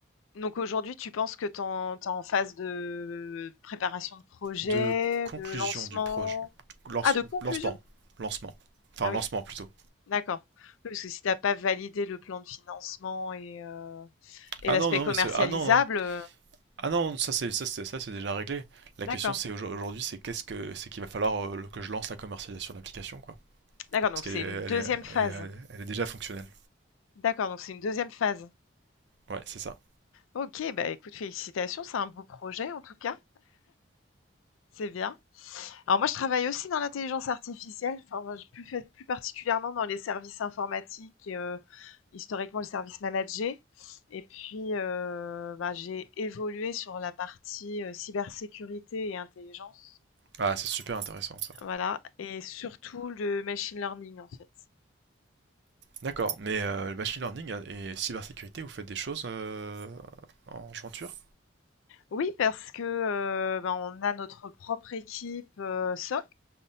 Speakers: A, on the left; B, on the right.
A: Donc aujourd'hui, tu penses que t'en, t'es en phase de préparation de projet,
B: De conclusion
A: de lancement?
B: du projet, lance,
A: Ah, de conclusion?
B: lancement, lancement, enfin
A: Ah oui,
B: lancement plutôt.
A: d'accord. Oui, parce que si t'as pas validé le plan de financement et, euh, et
B: Ah
A: l'aspect
B: non non
A: commercialisable,
B: mais c'est, ah non non.
A: euh,
B: Ah non, ça c'est ça c'est ça c'est déjà réglé. La
A: d'accord.
B: question c'est aujourd'hui c'est qu'est-ce que c'est qu'il va falloir euh, que je lance la commercialisation de l'application quoi
A: D'accord, donc
B: parce qu'elle
A: c'est
B: est elle
A: une deuxième
B: est,
A: phase.
B: elle est, elle est déjà fonctionnelle.
A: D'accord, donc c'est une deuxième phase.
B: Ouais, c'est ça.
A: OK, bah, écoute, félicitations, c'est un beau projet en tout cas, c'est bien. Alors moi, je travaille aussi dans l'intelligence artificielle, enfin, je plus fait plus particulièrement dans les services informatiques, heu, historiquement le service managés et puis, heu, bah, j'ai évolué sur la partie, heu, cybersécurité et intelligence,
B: Ah, c'est super intéressant ça.
A: voilà et surtout le machine learning, en fait.
B: D'accord, mais euh, le machine learning et cybersécurité, vous faites des choses euh, en jointure
A: Oui, parce que, heu, bah, on a notre propre équipe, heu, SOC